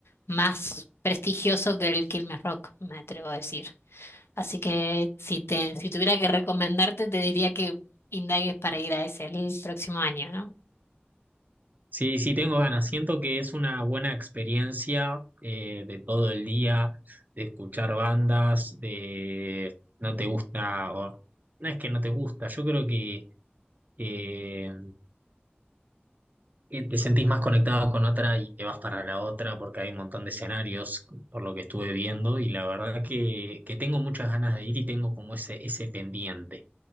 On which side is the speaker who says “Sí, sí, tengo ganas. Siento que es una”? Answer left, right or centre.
Right